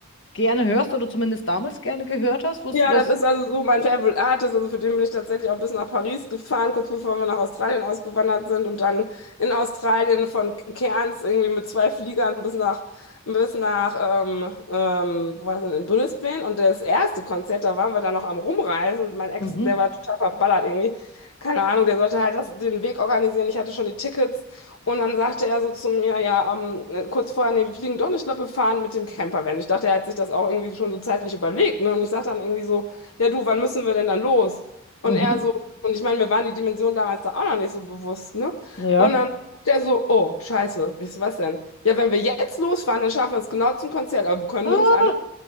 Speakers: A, on the left; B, on the left.
A: gerne hörst oder zumindest damals gerne gehört hast. Was,
B: Ja,
A: was?
B: das ist also so mein Favorite Artist. Also für den bin ich tatsächlich auch bis nach Paris gefahren, kurz bevor wir nach Australien ausgewandert sind und dann in Australien von Cairns irgendwie mit zwei Fliegern bis nach, bis nach, ähm, ähm, wo war das denn, in Brisbane. Und das erste Konzert, da waren wir dann noch am Rumreisen und mein Ex,
A: Mhm,
B: der war total verballert irgendwie. Keine Ahnung, der sollte halt das, den Weg organisieren. Ich hatte schon die Tickets. Und dann sagte er so zu mir, ja, ähm, kurz vorher, nee, wir fliegen doch nicht, ich glaube, wir fahren mit dem Campervan. Ich dachte, er hat sich das auch irgendwie schon so zeitlich überlegt, ne? Und ich sagte dann irgendwie so, ja, du, wann müssen wir denn dann los? Und
A: mhm,
B: er so, und ich meine, mir waren die Dimensionen damals da auch noch nicht so bewusst, ne?
A: ja.
B: Und dann der so, oh, scheiße. Ich so, was denn? Ja, wenn wir jetzt losfahren, dann schaffen wir es genau zum Konzert, aber wir können
A: Ah,
B: nirgends an.